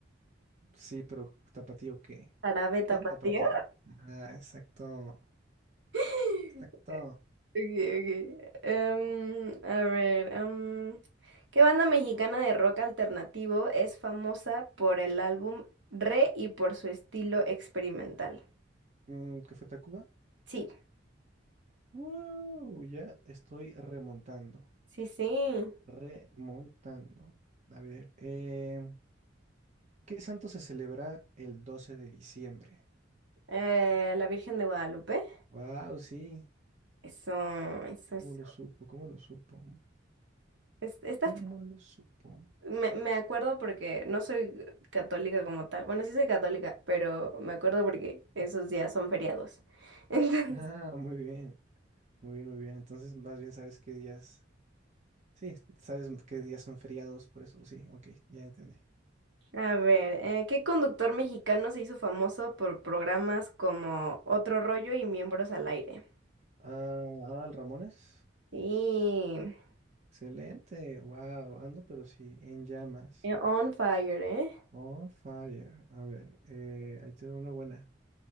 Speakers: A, on the right; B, on the right.
A: Sí, pero ¿tapatío qué?
B: ¿Árabe tapatío?
A: ¿Qué tapatío? Ah, exacto.
B: <laughs>
A: Exacto.
B: Okay, ok. Em, a ver, em, ¿qué banda mexicana de rock alternativo es famosa por el álbum Re y por su estilo experimental?
A: Mm, ¿qué fue Tacuba?
B: Sí,
A: ¡Woo! ya estoy remontando.
B: sí, sí.
A: Remontando. A ver, eh, ¿qué santo se celebra el 12 de diciembre?
B: Eh, La Virgen de Guadalupe.
A: Wow, sí.
B: Eso, eso,
A: ¿Cómo
B: eso.
A: lo supo? ¿Cómo lo supo?
B: Es- Está
A: ¿Cómo lo supo?
B: Me, me acuerdo porque no soy católica como tal. Bueno, sí soy católica, pero me acuerdo porque esos días son feriados. <laughs> Entonces,
A: Ah, muy bien. Muy bien, muy bien. Entonces, más bien sabes qué días. Sí, sabes qué días son feriados, por eso sí, ok, ya entendí.
B: a ver, eh, ¿qué conductor mexicano se hizo famoso por programas como Otro Rollo y Miembros al Aire?
A: Ah, Adal Ramones.
B: Sí,
A: Excelente, wow, ando, pero sí, en llamas.
B: eh, on fire, ¿eh?
A: On fire. A ver, eh, ahí te veo una buena.